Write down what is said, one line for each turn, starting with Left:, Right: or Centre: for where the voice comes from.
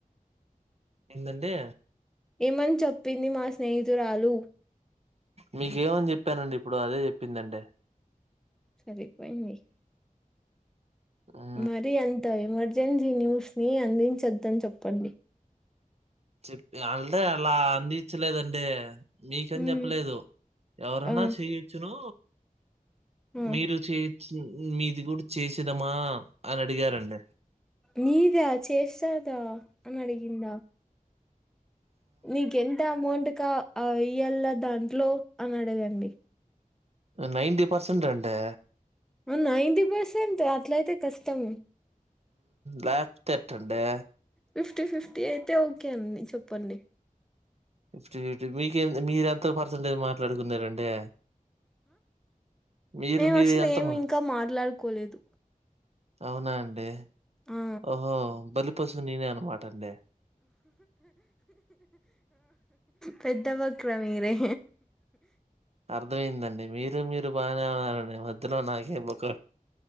Right: ఏందండి
Centre: ఏమని చెప్పింది మా స్నేహితురాలు
Right: మీకేమని చెప్పానండి ఇప్పుడు అదే చెప్పిందండి
Centre: సరిపోయింది
Right: హ్మ్
Centre: మరి అంత ఎమర్జెన్సీ న్యూస్ ని అందించొద్దని చెప్పండి
Right: చెప్పి అంటే అలా అందించలేదండి మీకని
Centre: హ్మ్.
Right: చెప్పలేదు ఎవరన్నా
Centre: ఆ!
Right: చేయొచ్చును
Centre: ఆ!
Right: మీరు చేయొచ్చు మీది కూడా చేసేదమా అని అడిగారండి
Centre: నీదా చేస్తదా అని అడిగిందా నీకు ఎంత అమౌంట్ క వెయ్యలా దాంట్లో అని అడగండి
Right: నైంటీ పర్సెంట్ అంటే
Centre: నైంటీ పర్సెంటా అట్లయితే కష్టం
Right: లేపోతే ఎట్టండే
Centre: ఫిఫ్టీ ఫిఫ్టీ అయితే ఓకే అండి చెప్పండి
Right: ఫిఫ్టీ ఫిఫ్టీ మీకె మీరెంత పర్సెంటేజ్ మాట్లాడుకున్నారండి మీరు
Centre: మేము
Right: మీరు
Centre: అసలు
Right: ఎంత
Centre: ఏమి
Right: మా
Centre: ఇంకా మాట్లాడుకోలేదు
Right: అవునా అండి
Centre: ఆ!
Right: ఓహో బలిపశువు నేనే అనమాట అండి
Centre: పెద్దబక్ర మీరే
Right: అర్థమయిందండి మీరు మీరు బాగానే ఉన్నారండి మధ్యలో నాకే బొక్క